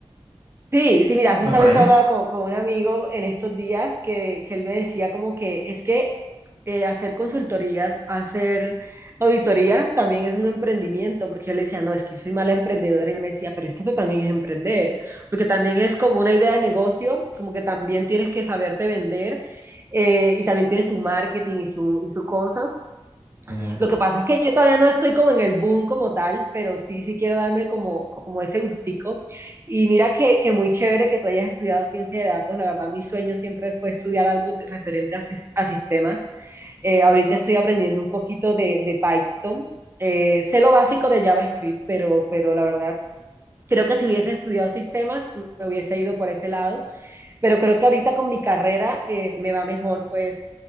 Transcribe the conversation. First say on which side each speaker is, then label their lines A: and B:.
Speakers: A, on the right; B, on the right.
A: Sí, sí, mira, justamente
B: ¿Va por ahí?
A: hablaba con, con un amigo en estos días que, que él me decía como que es que eh, hacer consultorías, hacer auditorías también es un emprendimiento, porque yo le decía, no, es que soy mala emprendedora, y él me decía, pero es que eso también es emprender, porque también es como una idea de negocio, como que también tienes que saberte vender eh, y también tienes su marketing y su, y su cosa.
B: Claro.
A: Lo que pasa es que yo todavía no estoy como en el boom como tal, pero sí, sí quiero darme como, como ese gustico. Y mira que, que muy chévere que tú hayas estudiado ciencia de datos. La verdad, mi sueño siempre fue estudiar algo t- referente a, sis- a sistemas. Eh, ahorita estoy aprendiendo un poquito de, de Python. Eh, sé lo básico de JavaScript, pero, pero la verdad, creo que si hubiese estudiado sistemas, me hubiese ido por ese lado pero creo que ahorita con mi carrera eh, me va mejor, pues,